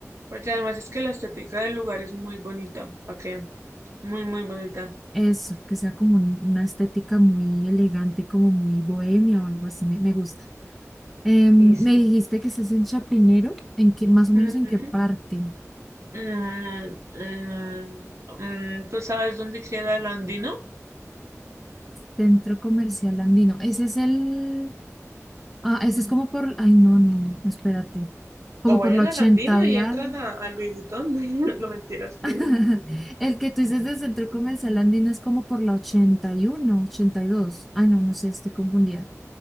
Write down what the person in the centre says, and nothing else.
eso, que sea como un- una estética muy elegante, como muy bohemia o algo así, me, me gusta. Em,
me dijiste que estás en Chapinero, ¿en qué, más o
menos en qué parte?
Centro Comercial Andino. Ese es el, Ah, ese es como por, ay, no, no, no, espérate, como
por la
80
y algo.
<laughs> El que tú dices del centro comercial andino es como por la ochenta ochenta y uno, ochenta y dos. Ay, no, no sé, estoy confundida.